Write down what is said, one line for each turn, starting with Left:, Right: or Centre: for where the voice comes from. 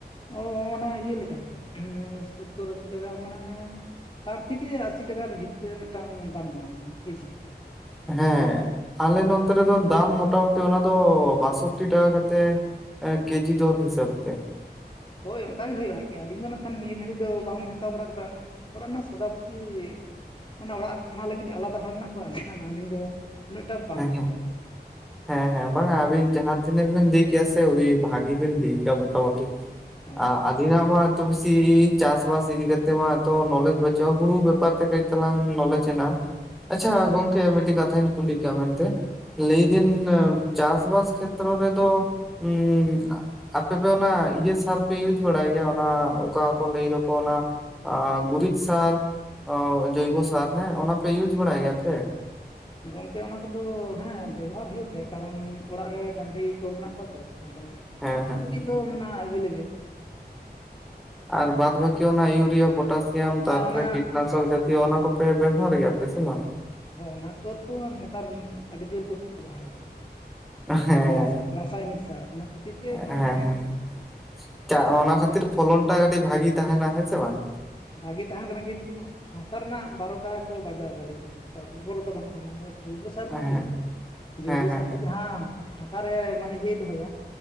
Left: ᱚ ᱚᱱᱟ ᱤᱭᱟᱹ ᱞᱮᱠᱟᱜᱮ ᱥᱳᱚᱛᱛᱳᱚᱨ ᱟᱥᱤ ᱴᱟᱠᱟ ᱢᱟᱱᱮ ᱥᱟᱴ ᱛᱷᱮᱠᱮ ᱟᱥ ᱟᱥᱤ ᱴᱟᱠᱟ ᱵᱷᱤᱛᱨᱤ ᱨᱮ ᱢᱤᱫᱽᱴᱟᱝ ᱫᱟᱢ ᱢᱮᱱᱟᱜᱼᱟ ᱚᱱᱟ ᱨᱮᱱᱟᱜ ᱠᱮᱡᱤ ᱾
Centre: ᱦᱩᱸ ᱟᱞᱮ ᱱᱚᱛᱮ ᱨᱮᱫᱚ ᱫᱟᱢ ᱢᱚᱴᱟᱢᱩᱴᱤ ᱚᱱᱟ ᱫᱚ ᱵᱟᱥᱳᱚᱴᱴᱤ ᱴᱟᱠᱟ ᱠᱟᱛᱮᱜ ᱾ ᱠᱮᱡᱤ ᱫᱚᱨ ᱦᱤᱥᱟᱹᱵ ᱛᱮ ᱾
Left: ᱦᱳᱭ ᱚᱱᱠᱟ ᱜᱮ ᱦᱩᱭᱩᱜᱼᱟ ᱟᱨᱠᱤ ᱟᱹᱞᱤᱧ ᱫᱚ ᱱᱟᱜ ᱠᱷᱟᱱ ᱱᱤᱭᱟᱹ ᱜᱷᱟᱹᱲᱤ ᱫᱚ ᱵᱟᱝᱞᱤᱧ ᱦᱟᱛᱟᱣ ᱵᱟᱲᱟ ᱠᱟᱫᱟ ᱾ ᱚᱲᱟᱜ ᱨᱮᱱᱟᱜ ᱥᱚᱫᱟᱯᱚᱛᱤ ᱚᱱᱟ ᱚᱲᱟᱜ ᱚᱱᱟ ᱞᱟᱹᱜᱤᱫ ᱟᱞᱟᱫᱟ ᱦᱚᱲ ᱢᱮᱱᱟᱜ ᱠᱚᱣᱟ ᱟᱹᱞᱤᱧ ᱫᱚ, ᱩᱱᱟᱹᱜᱴᱟ ᱵᱟᱝᱞᱤᱧ
Centre: ᱦᱮᱸ ᱦᱮᱸ
Left: ᱵᱟᱲᱟᱭᱟ ᱾
Centre: ᱦᱮᱸ ᱦᱮᱸ ᱵᱟᱝᱟ ᱟᱵᱤᱱ ᱡᱟᱦᱟᱸ ᱛᱤᱱᱟᱹᱜ ᱵᱤᱱ ᱞᱟᱹᱭ ᱠᱮᱭᱟ ᱥᱮ ᱩᱰᱤ ᱵᱷᱟᱜᱤ ᱵᱤᱱ ᱞᱟᱹᱭ ᱠᱟᱜᱼᱟ ᱢᱚᱴᱟᱟᱢᱩᱴᱤ ᱾ <inaudible>
Left: ᱦᱳᱭ
Centre: ᱢᱟ ᱛᱚ ᱵᱮᱥᱤ ᱪᱟᱥ ᱵᱟᱥ ᱤᱫᱤ ᱠᱟᱛᱮᱫ ᱢᱟ ᱛᱚ ᱱᱚᱞᱮᱡᱽ ᱵᱟᱹᱪᱩᱜᱼᱟ ᱦᱩᱲᱩ ᱵᱮᱯᱟᱨ ᱛᱮ ᱠᱟᱹᱡ ᱪᱟᱞᱟᱝ ᱱᱚᱞᱮᱡ ᱦᱮᱱᱟᱜᱼᱟ ᱾
Left: ᱦᱳᱭ
Centre: ᱟᱪᱪᱷᱟ
Left: ᱦᱳᱭ
Centre: ᱜᱚᱝᱠᱮ ᱢᱤᱫᱽᱴᱤᱡ ᱠᱟᱛᱷᱟᱧ ᱠᱩᱞᱤ ᱠᱮᱭᱟ ᱢᱮᱱᱛᱮ ᱞᱟᱹᱭᱫᱤᱧ
Left: ᱦᱮᱸ
Centre: ᱪᱟᱥᱵᱟᱥ ᱠᱷᱮᱛᱨᱚ ᱨᱮᱫᱚ ᱩ ᱟᱯᱮᱯᱮ ᱚᱱᱟ ᱤᱭᱟᱹ ᱥᱟᱨᱯᱮ ᱤᱭᱩᱡᱽ ᱵᱟᱲᱟᱭ ᱜᱮᱭᱟ ᱚᱱᱟ ᱚᱠᱟ ᱠᱚ ᱞᱟᱹᱭ ᱫᱚᱠᱚ ᱚᱱᱟ <inaudible> ᱜᱩᱨᱤᱡ ᱥᱟᱨ ᱡᱚᱭᱵᱚ ᱥᱟᱨ ᱦᱮᱸ ᱚᱱᱟ ᱯᱮ ᱤᱭᱩᱡᱽ ᱵᱟᱲᱟᱭ ᱜᱮᱭᱟᱯᱮ?
Left: ᱜᱚᱝᱠᱮ ᱚᱱᱟ ᱠᱚᱫᱚ ᱦᱮᱸ ᱵᱮᱵᱚᱦᱟᱨ ᱦᱩᱭᱩᱜ ᱜᱮᱭᱟ ᱠᱟᱨᱚᱱ ᱚᱲᱟᱜ ᱨᱮ ᱰᱟᱹᱟᱝᱨᱤ ᱠᱚ ᱢᱮᱱᱟᱜ ᱠᱚᱣᱟ ᱛᱚ ᱾ ᱟᱫᱚ
Centre: ᱦᱮᱸ ᱦᱮᱸ
Left: ᱜᱩᱨᱤᱡ ᱫᱚ ᱢᱮᱱᱟᱜᱼᱟ ᱮᱵᱮᱞᱮᱵᱮᱞ ᱾
Centre: ᱟᱨ ᱵᱟᱫᱽ ᱵᱟᱠᱤ ᱚᱱᱟ ᱤᱭᱩᱨᱤᱭᱟ ᱯᱚᱴᱟᱥᱤᱭᱟᱢ ᱛᱟᱨᱯᱚᱨ
Left: ᱦᱮᱸ ᱚᱱᱟ
Centre: ᱠᱤᱴᱱᱟᱥᱚᱠ ᱡᱟ ᱛᱤ ᱚᱱᱟ ᱠᱚᱯᱮ ᱵᱮᱵᱚᱦᱟᱨ ᱜᱮᱭᱟᱯᱮ ᱥᱮ ᱵᱟᱝ?
Left: ᱦᱚ ᱚᱱᱟ ᱠᱚᱛᱚ ᱱᱮᱛᱟᱨ ᱟᱹᱰᱤ ᱡᱳᱨ ᱠᱚ ᱵᱮᱵᱚᱦᱟᱨ ᱮᱫᱟ ᱾
Centre: ᱦᱮᱸ
Left: ᱡᱟᱦᱟᱸ ᱨᱟᱥᱟ ᱨᱟᱥᱟᱭᱱᱤᱠ ᱥᱟᱨ ᱚᱱᱟ ᱠᱷᱟᱹᱛᱤᱨ ᱜᱮ ᱢᱟᱱᱮ,
Centre: ᱦᱮᱸ <inaudible> ᱚᱱᱟ ᱠᱷᱟᱹᱛᱤᱨ
Left: ᱡᱟᱦᱟᱸ
Centre: ᱯᱷᱚᱞᱚᱱ ᱴᱟ ᱠᱟᱹᱴᱤᱡ ᱵᱷᱟᱜᱤ ᱛᱟᱦᱮᱱᱟ ᱦᱮᱸ ᱥᱮ ᱵᱟᱝ?
Left: ᱵᱷᱟᱜᱤ ᱛᱟᱦᱮᱱ ᱠᱟᱱᱟ ᱠᱤᱱᱛᱩ ᱦᱟᱥᱟ ᱨᱮᱱᱟᱜ ᱵᱟᱨᱚᱴᱟ ᱠᱚ ᱵᱟᱡᱟᱣ ᱮᱫᱟ ᱞᱟᱹᱭ ᱫᱟᱠᱚ ᱛᱚ ᱩᱨᱵᱚᱨᱚᱛᱟ ᱵᱟᱝ ᱛᱟᱦᱮᱸ ᱠᱟᱱᱟ ᱥᱮ ᱾ ᱡᱚᱭᱵᱚ ᱥᱟᱨ
Centre: ᱦᱮᱸ
Left: ᱵᱮᱤᱱ ᱞᱟᱹᱭᱫᱟ? ᱡᱳᱭᱵᱚ
Centre: ᱦᱮᱸ ᱦᱮᱸ
Left: ᱥᱟᱨ
Centre: ᱦᱮᱸ
Left: ᱛᱮ ᱡᱟᱦᱟᱸ ᱦᱟᱥᱟᱨᱮ ᱢᱟᱱᱮ ᱤᱭᱟᱹᱭ ᱫᱚᱦᱚᱭᱟ,